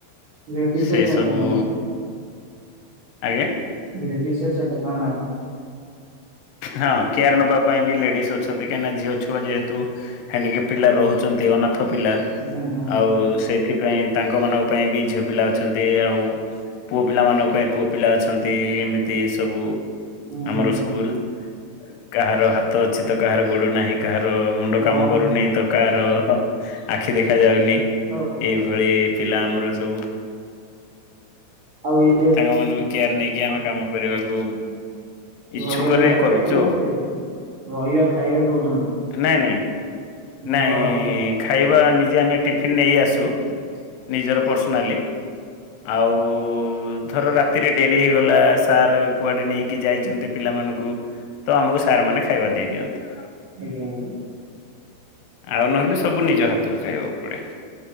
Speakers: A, on the right; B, on the left.
A: ଲେଡିସ୍
B: ସେଇ
A: ଅଛନ୍ତି
B: ସବୁ
A: ନା କଣ
B: ଆଜ୍ଞା
A: ଲେଡିସ <unintelligible>
B: ହଁ କେୟାର ନବା ପାଇଁ ବି ଲେଡିସ୍ ଅଛନ୍ତି କାହିଁକିନା ଝିଅ ଛୁଆ ଯେହେତୁ ହେଣ୍ଡିକେପ ପିଲା ରହୁଛନ୍ତି ଅନାଥ ପିଲା
A: ହୁଁ ହୁଁ
B: ଆଉ ସେଇଥିପାଇଁ ତାଙ୍କ ମାନଙ୍କ ପାଇଁ ବି ଝିଅ ପିଲା ଅଛନ୍ତି ଆଉ ପୁଅ ପିଲାମାନଙ୍କ ପାଇଁ ପୁଅ ପିଲା ଅଛନ୍ତି ଏମିତି ସବୁ
A: ହୁଁ ହୁଁ
B: ଆମର
A: ହୁଁ
B: ସ୍କୁଲ।
A: ହୁଁ
B: କାହାର ହାତ ଅଛି ତ କାହାର ଗୋଡ଼ ନାହିଁ। କାହାର ମୁଣ୍ଡ
A: ହଁ
B: କାମ କରୁନି ତ କାହାର ଆଖି ଦେଖାଯାଉନି
A: ହଉ ହଉ
B: ଏ ଭଳି ପିଲା ଆମର ସବୁ।
A: ଆଉ ଏ
B: ତାଙ୍କ ମାନଙ୍କୁ କେୟାର ନେଇକି ଆମେ କାମ କରିବାକୁ
A: ରହିବା
B: ଇଚ୍ଛୁକରେ
A: ପିଇବା
B: କରୁଛୁ
A: ଖାଇବା
B: ଆଉ
A: ସେଇଠି ରହିବା ଖାଇବା ଦଉଛନ୍ତି।
B: ନହିଁ ନହିଁ
A: ନା
B: ନାଇ
A: ଘର?
B: ଖାଇବା ନିଜେ ଆମେ ଟିଫିନ୍ ନେଇ ଆସୁ ନିଜର ପର୍ସନାଲି ଆଉ ଓ ଧର ରାତିରେ ଡେରି ହେଇଗଲା ସାର୍ କୁଆଡ଼େ ନେଇକି ଯାଇଛନ୍ତି ପିଲାମାନଙ୍କୁ ତ ଆମକୁ ସାର୍ ମାନେ ଖାଇବା ଦେଇ ଦିଅନ୍ତି।
A: ଆଜ୍ଞା ଆଜ୍ଞା।
B: ଆଉ ନହେଲେ ସବୁ ନିଜ ହାତରୁ ଖାଇବାକୁ ପଡେ।